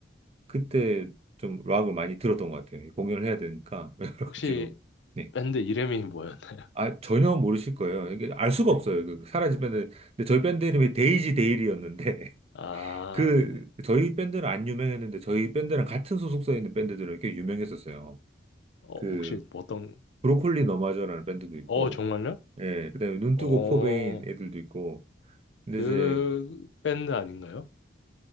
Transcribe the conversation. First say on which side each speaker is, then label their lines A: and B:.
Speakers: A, on the right; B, on the left.
A: 그때 좀 락을 많이 들었던 것 같아요. 공연을 해야 되니까 <laughs> 여러
B: 혹시
A: 가지로. 네.
B: 밴드 이름이 뭐였나?
A: 아, 전혀 모르실 거예요. 이게 알 수가
B: 네.
A: 없어요. 그 사라지면은. 근데 저희 밴드 이름이 데이지 데일이었는데, <laughs>
B: 아,
A: 그,
B: 네네.
A: 저희 밴드는 안 유명했는데, 저희 밴드랑 같은 소속사에 있는 밴드들은 꽤 유명했었어요.
B: 어,
A: 그,
B: 혹시 뭐 어떤,
A: 브로콜리 너마저라는 밴드도 있고,
B: 어, 정말요?
A: 예, 그 다음에 눈뜨고
B: 어,
A: 코베인 애들도 있고, 근데
B: 그
A: 이제
B: 밴드 아닌가요?